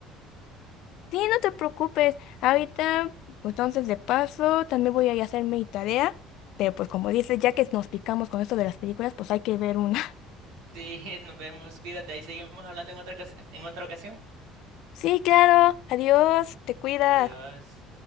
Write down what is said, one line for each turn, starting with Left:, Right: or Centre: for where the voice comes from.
Left: Sí, no te preocupes. Ahorita, pues entonces de paso, también voy a ir a hacer mi tarea. Pero pues como dices, ya que nos picamos con esto de las películas, pues hay que ver una. <laughs>
Right: Sí, <laughs> nos vemos, cuídate, ahí seguimos hablando en otra ocasi- en otra ocasión.
Left: Sí, claro. Adiós. Te cuidas.
Right: Adiós.